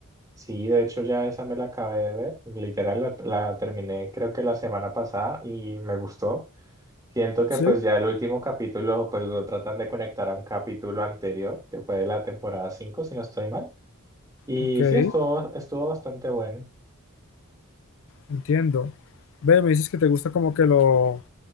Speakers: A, on the right; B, on the left.
A: Sí, de hecho ya esa me la acabé de ver. Literal la, la terminé creo que la semana pasada y me gustó. Siento que
B: Sí,
A: pues ya el último capítulo pues lo tratan de conectar a un capítulo anterior, que fue de la temporada 5 si no estoy mal. Y
B: ok.
A: sí, estuvo, estuvo bastante bueno.
B: Entiendo. Ve, me dices que te gusta como que lo,